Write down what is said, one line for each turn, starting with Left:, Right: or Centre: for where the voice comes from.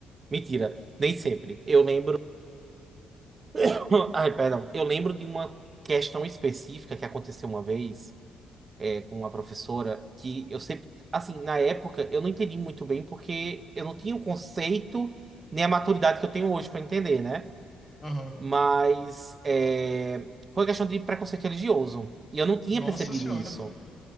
Right: Mentira, nem sempre. Eu lembro. <coughs> Ai, perdão. Eu lembro de uma questão específica que aconteceu uma vez é, com uma professora que eu sempre. Assim, na época, eu não entendi muito bem porque eu não tinha o conceito nem a maturidade que eu tenho hoje para entender, né?
Left: Aham.
Right: Mas é, foi questão de preconceito religioso. E eu não tinha
Left: Nossa
Right: percebido
Left: senhora.
Right: isso.